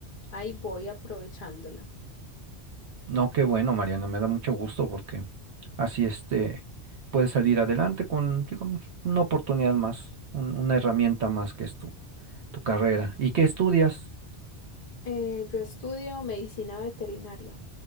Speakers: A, on the left; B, on the right.
A: ahí voy aprovechándola.
B: No, qué bueno, Mariana, me da mucho gusto porque así este puedes salir adelante con, digamos, una oportunidad más, un- una herramienta más que es tu, tu carrera. ¿Y qué estudias?
A: Eh, yo estudio medicina veterinaria.